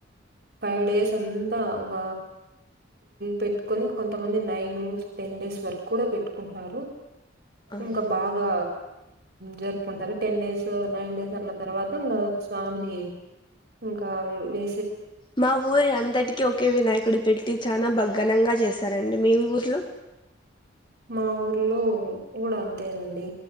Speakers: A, on the right; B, on the left.
A: ఫైవ్ డేస్ అంతా ఒక పెట్టుకొని కొంతమంది నైన్ టెన్ డేస్ వరకు కూడా పెట్టుకుంటారు
B: అవును.
A: ఇంకా బాగా జరుపుకుంటారు టెన్ డేస్ నైన్ డేస్ ల తర్వాత స్వామిని ఇంకా వే
B: మా ఊరి అంతటికీ ఒకే వినాయకుడు పెట్టి చానా బగ్ ఘనంగా చేస్తారండి మీ ఊర్లో
A: మా ఊర్లో కూడా అంతేనండి